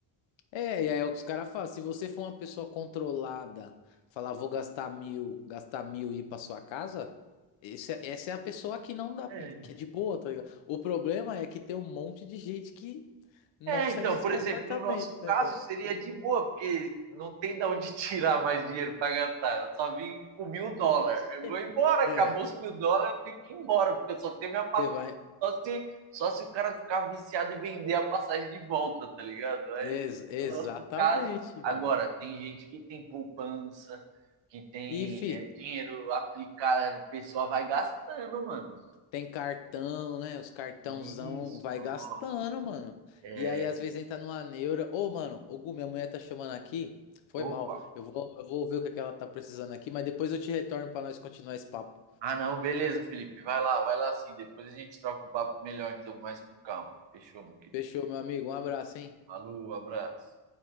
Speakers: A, on the left; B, on the right.
A: É, e aí os caras falam, se você for uma pessoa controlada, falar vou gastar mil, gastar mil e ir pra sua casa, esse, é- essa é a pessoa que não dá,
B: É,
A: que é de boa, tá ligado? O problema é que tem um monte de gente que não
B: É,
A: segue
B: então,
A: esse
B: por
A: comportamento,
B: exemplo, no nosso
A: né?
B: caso seria de boa, porque não tem de onde <laughs> tirar mais dinheiro para gastar. Eu só vim com mil dólares. Eu
A: É.
B: vou embora, acabou
A: É. é,
B: os mil dólares, eu tenho que ir embora, porque eu só tenho minha passagem.
A: Você vai.
B: Só se, só se o cara ficar viciado e vender a passagem de volta, tá ligado? Mas
A: Ex- exatamente,
B: no nosso caso, agora,
A: mano.
B: tem gente que tem poupança, que tem
A: E, fi,
B: é, dinheiro aplicado, a pessoa vai gastando, mano.
A: tem cartão, né? Os cartãozão
B: Isso,
A: vai
B: nossa.
A: gastando, mano.
B: É,
A: E aí, às vezes, entra numa neura. Ô, mano, ô, Gu, minha mulher tá chamando aqui. Foi
B: opa,
A: mal. Eu vou, eu vou ver o que é que ela tá precisando aqui, mas depois eu te retorno pra nós continuar esse papo.
B: Ah, não, beleza, Felipe. Vai lá, vai lá sim. Depois a gente troca um papo melhor, então, mais com calma. Fechou, meu querido.
A: Fechou, meu amigo. Um abraço, hein?
B: Falou, abraço.